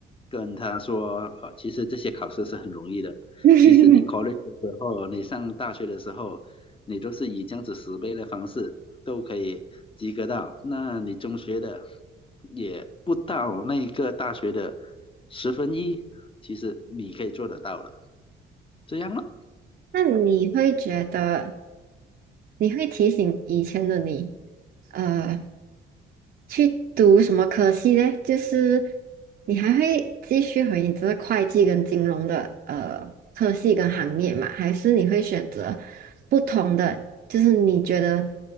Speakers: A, on the left (about 25°); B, on the right (about 50°).
A: 跟他说，呃，其实这些考试是很容易的。
B: <laughs>
A: 其实你 college 的时候，你上大学的时候，你都是以这样子十倍的方式都可以及格到。那你中学的也不到那一个大学的十分一，其实你可以做得到的，这样吗？
B: 那你会觉得，你会提醒以前的你？呃。去读什么科系嘞？就是你还会继续回你这个会计跟金融的呃科系跟行业嘛？还是你会选择不同的？就是你觉得，